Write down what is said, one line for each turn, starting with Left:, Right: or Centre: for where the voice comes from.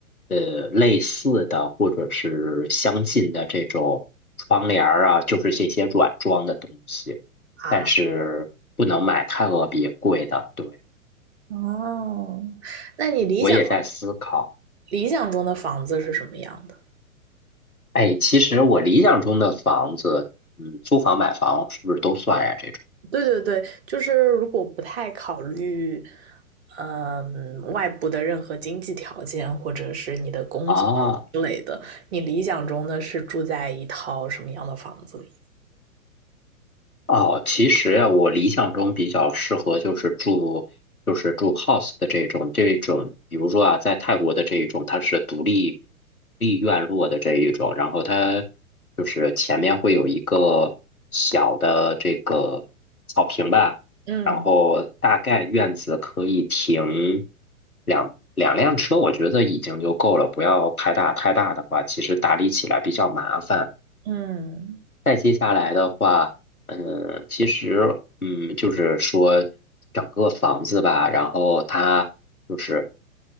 Left: 呃类似的或者是相近的这种窗帘儿啊，就是这些软装的东西，
Right: 啊，
Left: 但是不能买太特别贵的。对，
Right: 哦，那你理想
Left: 我也在思考。
Right: 理想中的房子是什么样的？
Left: 哎，其实我理想中的房子，嗯，租房买房是不是都算呀？这种
Right: 对对对，就是如果不太考虑，嗯，外部的任何经济条件或者是你的工作之类的，
Left: 啊。哦
Right: 你理想中的是住在一套什么样的房子里？
Left: 哦，其实呀，我理想中比较适合就是住，就是住 house 的这种这种，比如说啊，在泰国的这一种，它是独立立院落的这一种，然后它就是前面会有一个小的这个草坪吧，
Right: 嗯
Left: 然后大概院子可以停两两辆车，我觉得已经就够了，不要太大，太大的话，其实打理起来比较麻烦。
Right: 嗯，
Left: 再接下来的话，嗯，其实，嗯，就是说整个房子吧，然后它就是